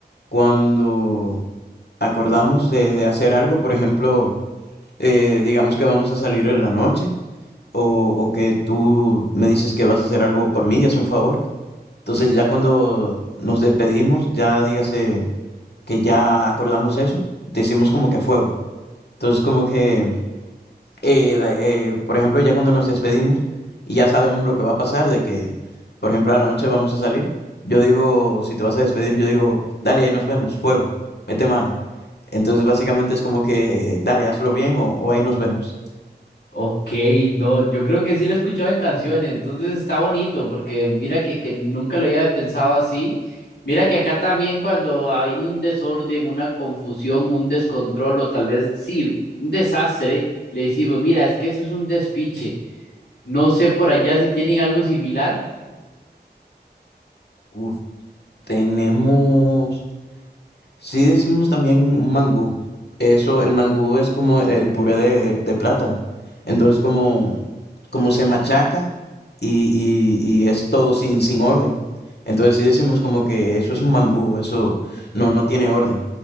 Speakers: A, on the left; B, on the left.
A: cuando acordamos de, de hacer algo, por ejemplo, eh, digamos que vamos a salir en la noche o, o que tú me dices que vas a hacer algo por mí y es un favor. Entonces ya cuando nos despedimos, ya dígase que ya acordamos eso, decimos como que a fuego. Entonces como que eh, da- eh, por ejemplo, ya cuando nos despedimos y ya sabemos lo que va a pasar, de que, por ejemplo, a la noche vamos a salir, yo digo, si te vas a despedir, yo digo, dale, ahí nos vemos, fuego, mete mano. Entonces, básicamente es como que, dale, hazlo bien o, o ahí nos vemos.
B: Ok, no, yo creo que sí lo he escuchado en canciones, entonces está bonito, porque mira que, que nunca lo había pensado así. Mira que acá también cuando hay un desorden, una confusión, un descontrol, o tal vez sí, un desastre, le decimos, mira, es que eso es un despiche. No sé por allá si tienen algo similar.
A: Uf, tenemos, sí decimos también un mangú. Eso, el mangú es como el puré de, de- de plátano. Entonces, como, como se machaca y, y, y es todo sin, sin orden. Entonces, si decimos como que eso es un mangú, eso no, no tiene orden.